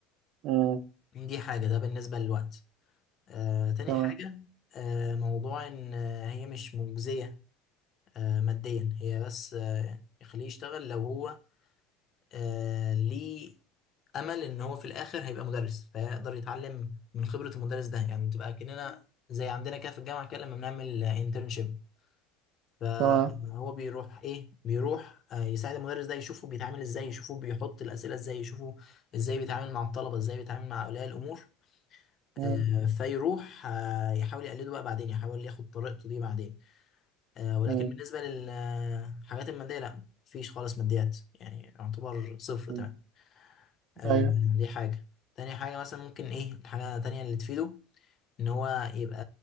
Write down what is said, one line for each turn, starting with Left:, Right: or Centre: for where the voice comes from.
Right: مم.
Left: دي حاجه ده بالنسبه للوقت آه، تاني
Right: تمام
Left: حاجه آه، موضوع ان آه، هي مش مجزيه آه، ماديا هي بس آه، يعني يخليه يشتغل لو هو آه، ليه امل ان هو في الاخر هيبقى مدرس فيقدر يتعلم من خبره المدرس ده يعني تبقى كاننا زي عندنا كده في الجامعه كده لما بنعمل انترنشيب فهو
Right: تمام
Left: بيروح ايه بيروح آه، يساعد المدرس ده يشوفه بيتعامل ازاي يشوفه بيحط الاسئله ازاي يشوفه ازاي بيتعامل مع الطلبه ازاي بيتعامل مع اولياء الامور
Right: مم.
Left: آه، فيروح آه، يحاول يقلده بقى بعدين يحاول ياخد طريقته دي بعدين آه، ولكن
Right: مم.
Left: بالنسبه للحاجات الماديه لا مفيش خالص ماديات يعني يعتبر صفر
Right: مم.
Left: تمام آه،
Right: ايوه
Left: دي حاجة تاني حاجة مثلا ممكن ايه الحاجة التانية اللي تفيده ان هو يبقى